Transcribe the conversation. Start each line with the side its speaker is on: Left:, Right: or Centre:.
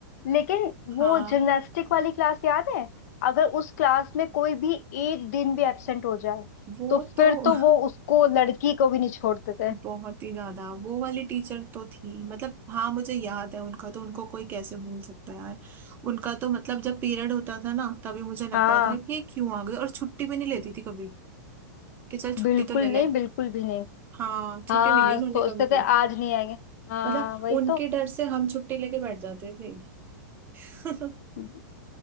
Left: लेकिन वो
Right: हाँ
Left: जिमनास्टिक वाली क्लास याद है अगर उस क्लास में कोई भी एक दिन भी एब्सेंट हो जाए
Right: वो
Left: तो
Right: तो
Left: फिर तो
Right: <laughs>
Left: वो उसको लड़की को भी नहीं छोड़ते थे
Right: बहुत ही ज्यादा वो वाली टीचर तो थी मतलब हाँ मुझे याद है उनका तो उनको कोई कैसे भूल सकता है यार उनका तो मतलब जब पीरियड होता था ना तभी मुझे लगता
Left: हाँ
Right: था कि ये क्यों आ गए और छुट्टी भी नहीं लेती थी कभी कि चल छुट्टी
Left: बिल्कुल
Right: तो ले ले
Left: नहीं बिल्कुल भी नहीं
Right: हाँ छुट्टी
Left: हाँ
Right: नहीं ली उन्होंने
Left: सोचते
Right: कभी भी
Left: थे आज नहीं आएंगे हाँ
Right: मतलब
Left: वही
Right: उनके डर से हम छुट्टी लेके बैठ जाते थे <laughs>
Left: तो